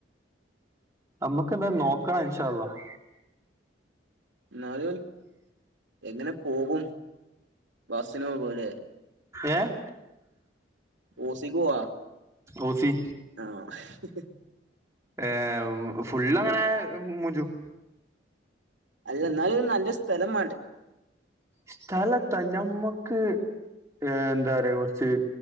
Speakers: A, on the right; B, on the right.
A: ഞമ്മക്കെന്താ നോക്കാ ഇൻശാ അല്ലാഹ്.
B: ഇന്നാലും എങ്ങനെപോകും? ബസിന് പോണോലെ
A: ഏഹ്
B: ഓസിക്ക്പോവാ.
A: ഓസി
B: ആഹ് <unintelligible>
A: ഏഹ് ഫുള്ള് അങ്ങനെ മൂജും.
B: അല്ല ഇന്നാലും ന്നല്ലെസ്ഥലംമാണ്ടേ?
A: സ്ഥലെത്താ ഞമ്മക്ക് ഹെ എന്താ പറിയാ കൊർച്ച്